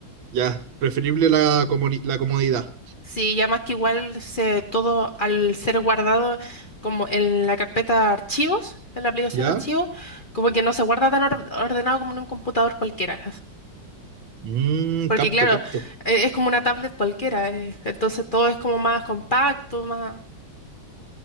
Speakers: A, on the right; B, on the left.
A: ya, preferible la, comodi- la comodidad.
B: Sí, ya más que igual se, todo al ser guardado como en la carpeta archivos, en la aplicación
A: ¿Ya?
B: archivos, como que no se guarda tan or- ordenado como en un computador cualquiera.
A: Mm,
B: Porque
A: capto,
B: claro,
A: capto.
B: e- es como una tablet cualquiera, eh, entonces todo es como más compacto, más...